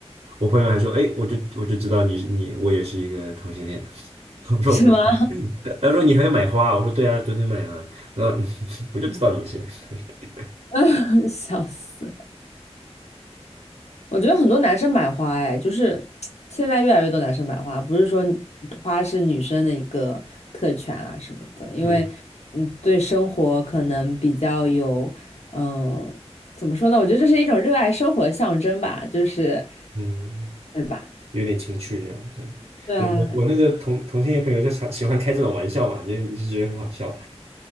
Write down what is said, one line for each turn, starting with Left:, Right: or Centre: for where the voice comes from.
Right: 我朋友还说，哎，我就我就知道你是你，我也是一个同性恋。<laughs> 我说
Left: 是吗？
Right: 他说你还要买花啊我说对啊，昨天买了。然后 <laughs> 我就知道你是，<laughs>
Left: <laughs> 笑死。我觉得很多男生买花，哎，就是现在越来越多男生买花，不是说花是女生的一个特权啊什么的，因为嗯，
Right: 嗯
Left: 对生活可能比较有，嗯，怎么说呢？我觉得这是一种热爱生活的象征吧，就是，
Right: 嗯，
Left: 对吧？
Right: 有点情趣这样。对，
Left: 对啊，
Right: 我我我那个同同性恋朋友就常喜欢开这种玩笑嘛，就你就觉得很好笑，